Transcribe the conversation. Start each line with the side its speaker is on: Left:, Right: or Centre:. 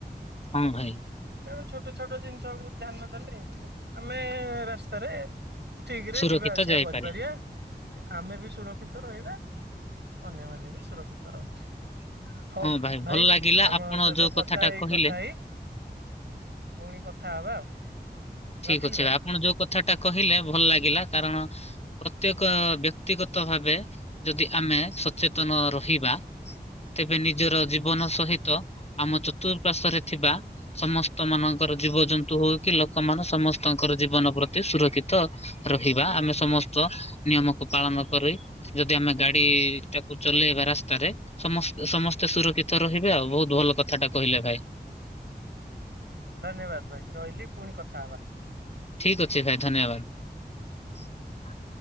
Left: ହଁ ଭାଇ।
Right: ଆମେ ଛୋଟ ଛୋଟ ଜିନିଷକୁ ଧ୍ୟାନ ଦେଲେ ଆମେ ରାସ୍ତାରେ ଠିକରେ
Left: ସୁରକ୍ଷିତ
Right: ଯିବା ଆସିବା
Left: ଯାଇପାରେ।
Right: କରିପାରିବା ଆମେ ବି ସୁରକ୍ଷିତ ରହିବା। ଅନ୍ୟମାନେ ବି ସୁରକ୍ଷିତ ରହି ହଉ
Left: ହଁ
Right: ଭାଇ
Left: ଭଲ
Right: ଆପଣଙ୍କ
Left: ଲାଗିଲା ଆପଣ
Right: ସହିତ
Left: ଯୋଉ କଥାଟା
Right: କଥା ହେଇ
Left: କହିଲେ
Right: କଥା ହେଇ ପୁଣି କଥା ହବା ଆଉ।
Left: ଠିକ
Right: ରଖିଲି
Left: ଅଛି
Right: ଭାଇ
Left: ଆପଣ ଯୋଉ କଥାଟା କହିଲେ ଭଲ ଲାଗିଲା। କାରଣ ପ୍ରତ୍ୟେକ ବ୍ୟକ୍ତିଗତ ଭାବେ ଯଦି ଆମେ ସଚେତନ ରହିବା ତେବେ ନି ନିଜର ଜୀବନ ସହିତ ଆମ ଚତୁର୍ପାଶ୍ଵରେ ଥିବା ସମସ୍ତ ମାନଙ୍କର ଜୀବଜନ୍ତୁ ହଉ କି ଲୋକମାନେ ସମସ୍ତଙ୍କର ଜୀବନ ପ୍ରତି ସୁରକ୍ଷିତ ରହିବା ଆମେ ସମସ୍ତ ନିୟମକୁ ପାଳନ କରି ଯଦି ଆମେ ଗାଡିଟାକୁ ଚଲେଇବା ରାସ୍ତାରେ ସମସ୍ତ ସମସ୍ତେ ସୁରକ୍ଷିତ ରହିବେ ଆଉ ବହୁତ ଭଲ କଥାଟା କହିଲେ ଭାଇ।
Right: ଧନ୍ୟବାଦ ଭାଇ ରହିଲି ପୁଣି କଥା ହବା।
Left: ଠିକ ଅଛି ଭାଇ ଧନ୍ୟବାଦ।